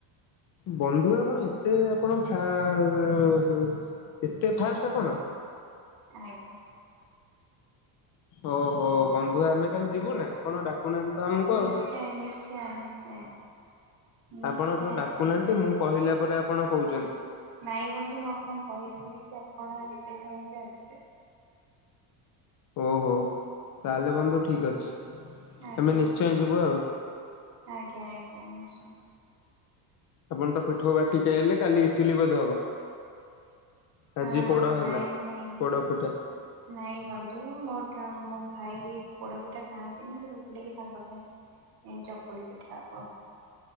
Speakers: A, on the left (about 40°); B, on the right (about 50°).
A: ବନ୍ଧୁପଣ ତ ଆପଣ ଫା ହ ହ ଏତେ ଫାଷ୍ଟ ଆପଣ
B: ଆଜ୍ଞା
A: ଓହୋ ବନ୍ଧୁ ଆମେ କାଲି ଯିବୁ ନା ଆପଣ ଡାକୁନାହାନ୍ତି ତ ଆମକୁହ
B: ନିଶ୍ଚୟ
A: ଆଉ
B: ନିଶ୍ଚୟ ନିଶ୍ଚୟ ନିଶ୍ଚୟ
A: ଆପଣ ତ
B: ଆପାରିବେ
A: ଡାକୁନାହାନ୍ତି ମୁଁ କହିଲା ପରେ ଆପଣ କହୁଛନ୍ତି
B: ନାଇଁ ବନ୍ଧୁ ମୁଁ ଆପଣଙ୍କୁ କହିଥିଲି ଆପଣ ଯିବେ ଚାହିଁବେ ଆସିବେ
A: ଓହୋ ତାହେଲେ ବନ୍ଧୁ ଠିକ ଅଛି
B: ଆଜ୍ଞା
A: ଏମେ ନିଶ୍ଚୟ ଯିବୁ ଆଉ
B: ଆଜ୍ଞା ଆଜ୍ଞା ନିଶ୍ଚୟ
A: ଆପଣ ତ ପିଠଉ ବାଟିକି ଆଇଲେ କାଲି ଇଟିଲି ବୋଧେ ହବ ଆଜି
B: ହଁ
A: ପୋଡ
B: ନାଇଁ
A: ହେଲା।
B: ନାଇଁ
A: ପୋଡ ପିଠା
B: ନାଇଁ ବନ୍ଧୁ ମୋର ମୋ ଭାଇ ପୋଡବିଟା ଯଆନ୍ତିନି ତ ହେଥିଲା କି ତାଙ୍କ ପାଇଁ ଏ ଚକୁଳି ପିଠା ହବ ଆ